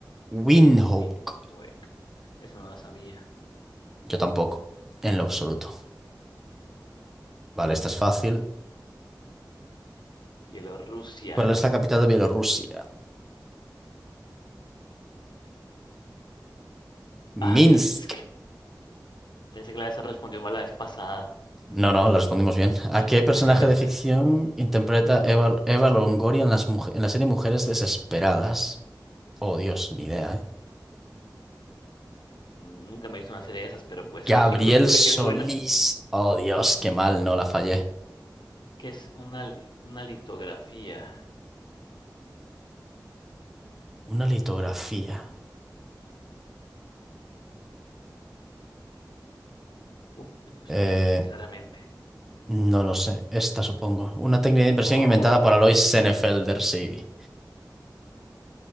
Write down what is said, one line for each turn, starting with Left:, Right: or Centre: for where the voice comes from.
Centre: Windhoek.
Left: Uf, Windhoek. Eso no lo sabía.
Centre: Yo tampoco. En lo absoluto. Vale, esta es fácil.
Left: Bielorrusia.
Centre: ¿Cuál es la capital de Bielorrusia?
Left: Ah,
Centre: Minsk.
Left: Minsk. Pensé que la se respondió mal la vez pasada.
Centre: No, no, la respondimos bien.
Left: ¿A,
Centre: ¿A qué personaje
Left: a qué persona?
Centre: de ficción interpreta Eva, Eva Longoria en las muje- en la serie Mujeres Desesperadas? Oh, Dios, ni idea, ¿eh?
Left: Nunca me he visto una serie de esas, pero pues
Centre: Gabriel
Left: el único <laughs> nombre
Centre: Solís.
Left: que suena,
Centre: Oh, Dios, qué mal, no la fallé.
Left: que es una, li- una litografía.
Centre: Una litografía.
Left: Uf, me lo estoy
Centre: Eh,
Left: pensando claramente.
Centre: no lo sé. Esta, supongo. Una técnica de impresión
Left: Oh,
Centre: inventada por Alois Senefelder, sí.